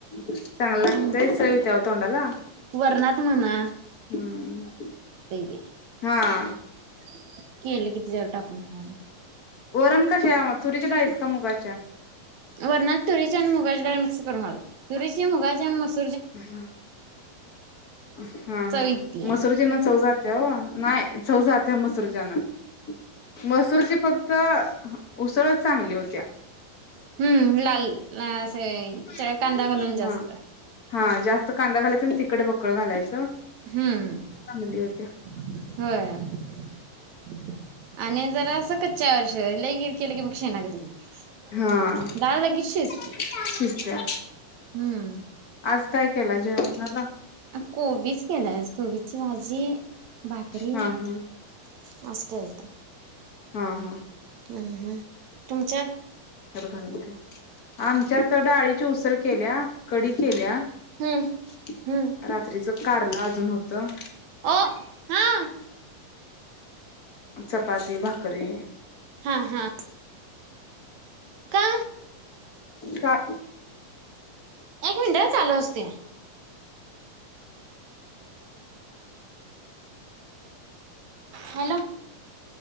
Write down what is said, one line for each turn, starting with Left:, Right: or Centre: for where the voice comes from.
Left: चांगल लागतंय
Right: हम्म
Left: चव येते हो तोंडाला हम्म
Right: वरणात म्हणा ए
Left: हा आ
Right: <unintelligible> केले कि त्याच्यावर टाकून खायाला
Left: वरण कशा मग तुरीच्या डाळीचं का मुगाच्या
Right: वरणात तुरीची आणि मुगाची डाळ मिक्स करून घालतो तुरीची मुगाची आणि मस
Left: <unintelligible> हा
Right: चव
Left: हा
Right: इत्या
Left: मसूरीची न चव जा <unintelligible> ओ नाय चव जातत्या मसुरीची <unintelligible> मसूरची फक्त उसळच चांगली होत्या
Right: हम्म लाल असे
Left: <unintelligible>
Right: कांदा घालून जास्त
Left: हा हा जास्त कांदा घालायचा तिखट बकळ घालायचं
Right: हम्म
Left: चांगली होत्या
Right: <inaudible> होय <inaudible> आणि जरास कच्च्यावर <unintelligible> लई गिर केलं की मग शेणागत होतंय.
Left: हा
Right: डाळ लगेच
Left: <inaudible>
Right: शिजती
Left: सुट्टया
Right: हम्म
Left: आज काय केल जेवणाला
Right: कोबीच केला आज कोबीची भाजी भाकरी
Left: हा
Right: मस्त
Left: हा
Right: केलत्या
Left: हा हा
Right: <unintelligible> तुमच्या
Left: <unintelligible> आमच्याकड डाळीची उसळ केल्या कडी केल्या
Right: हम्म
Left: <inaudible>
Right: हम्म
Left: रात्रीच कारलं अजून होतं
Right: ओ हा
Left: <inaudible> चपाती भाकरी
Right: हा हा, का
Left: का?
Right: एक मिनट चालू असू दे. 'हॅलो'